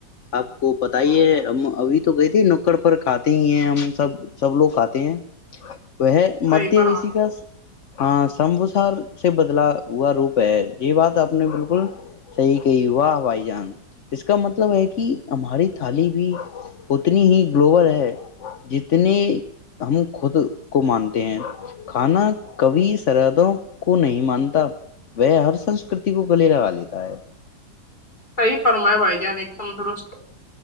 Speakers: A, on the left; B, on the left.
A: آپ کو پت ہی ہے ہم ابھی تو گئے تھے نکڑ پر کھاتے ہی ہیں ہم سب سب لوگ کھاتے ہیں وہ
B: صحیح
A: مدھی
B: فرما
A: ایشی کا ہاں سمبو سے بدلا ہوا روپ ہے یہ بات آپ نے بالکل صحیح واہ بھائی جان اس کا مطلب ہے کہ ہماری تھالی بھی اتنی ہی گلوبل ہے جتنے ہم خود کو مانتے ہیں کھانا کبھی سردوں کو نہیں مانتا وہ ہر سنسکرتی کو گلے لگا لیتا ہے
B: صحی فرمائے بھائی جان ایک دم درست